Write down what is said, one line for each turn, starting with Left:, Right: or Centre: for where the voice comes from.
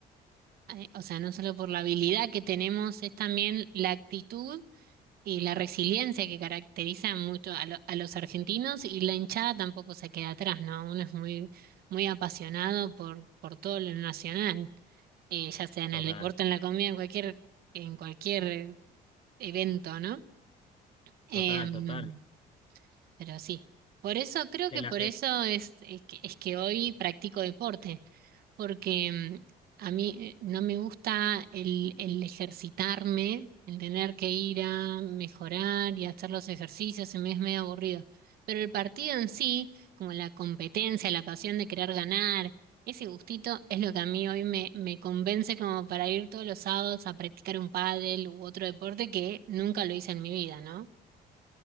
Right: eh, o sea, no solo por la habilidad que tenemos, es también la actitud Y la resiliencia que caracteriza mucho a, lo- a los argentinos y la hinchada tampoco se queda atrás, ¿no? Uno es muy, muy apasionado por, por todo lo nacional, eh, ya sea en
Left: total,
Right: el deporte, en la comida, en cualquier, en cualquier eh, evento, ¿no? Em,
Left: total, total.
Right: pero sí, por eso creo
Left: El,
Right: que por
Left: el-
Right: eso es, es que, es que hoy practico deporte porque mm, a mí eh, no me gusta el, el ejercitarme, el tener que ir a mejorar y hacer los ejercicios, se me es medio aburrido. Pero el partido en sí, como la competencia, la pasión de querer ganar, ese gustito es lo que a mí hoy me, me convence como para ir todos los sábados a practicar un pádel u otro deporte que nunca lo hice en mi vida, ¿no?